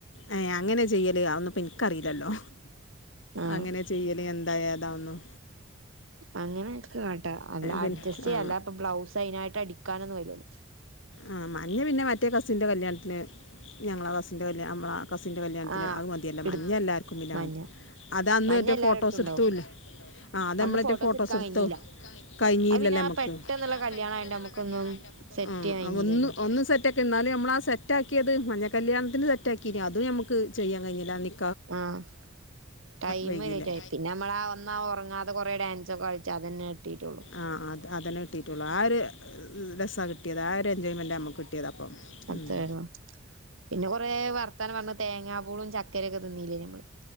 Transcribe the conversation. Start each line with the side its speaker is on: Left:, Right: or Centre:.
Left: ഏഹ് അങ്ങനെചെയ്യല് അഒന്നുപ്പം ഇൻക്കറീലല്ലോ
Right: മതി ആഹ്
Left: അങ്ങനെ ചെയ്യല് എന്താ ഏതാ ഒന്നും
Right: അങ്ങനെയൊക്കെകാട്ടാ അല്ല
Left: പിന്നെ
Right: അഡ്ജസ്റ്റ് ചെയ്യല്ലാപ്പം
Left: ആ
Right: ബ്ലൗസ് അയിനായിട്ട് അടിക്കാനൊന്നുംകയ്യില്ലല്ലോ
Left: ആഹ് മഞ്ഞ പിന്നെ മറ്റേകസിൻ്റെ കല്ല്യാൺത്തിന് ഞങ്ങളെ കസിൻ്റെ കല്ല്യാ അമ്മളാ കസിന്റെ കല്ല്യാൺത്തിന്
Right: ആഹ്
Left: അഹ് മത്യയല്ലോ
Right: എടു
Left: മഞ്ഞ എല്ലാര്ക്കും പിന്നാവും
Right: മഞ്ഞ
Left: അതാ അന്ന്
Right: മഞ്ഞ
Left: മറ്റേ
Right: എല്ലാരടുത്തും
Left: ഫോട്ടോസ്
Right: ഉണ്ടാവും
Left: ഇടുത്തൂല്ല്യ ആഹ് അത് അമ്മളറ്റ
Right: അന്ന്
Left: ഫോട്ടോസ്
Right: എടുക്കാൻ കഴിഞ്ഞില്ല
Left: ഇട്ത്തോ കഴിഞ്ഞീല്ലല്ലോ
Right: അത് പിന്നെ
Left: ഞമ്മക്ക്
Right: പെട്ടെന്നുള്ള
Left: അഹ് പിന്നേ ആഹ്
Right: കല്യാണം
Left: പെട്ടന്ന്ള്ള
Right: ആയോണ്ട് നമുക്കൊന്നും
Left: കല്ല്യാണയോണ്ട്
Right: സെറ്റ് ചെയ്യാൻ കഴിഞ്ഞില്ലല്ലോ
Left: ആഹ് ഒന്നും ഒന്ന് സെറ്റാ എന്നാല് നമ്മളാ സെറ്റാക്കിയത് മഞ്ഞ കല്യാൺത്തിന് സെറ്റാക്കീന അതും നമ്മക്ക് ചെയ്യാൻ കഴിഞ്ഞില്ലയ്നി
Right: ആഹ് ടൈമ്
Left: വൈകിയില്ലേ
Right: കുറേ പിന്നെ നമ്മളാ ഒന്നാ ഒറങ്ങാതെ കൊറേ ഡാൻസൊക്കെ കളിച്ച അതെന്നേ ട്ടിട്ടൊള്ളൂ
Left: ആഹ് അത് അതന്നെ കിട്ടീട്ടൊള്ളൂ ആഹ് ഒര് രസ കിട്ടിയത് ആഒര് എൻജോയ്മെന്റാ അമ്മകിട്ടിയത് അപ്പം
Right: അത്തേടൊ
Left: ഉം
Right: പിന്നെ കുറേ വർത്താനംപറഞ്ഞ് തേങ്ങാപൂളും ചക്കരയൊക്കെ തിന്ന്ല്ല്യേനിയോ അമ്മള്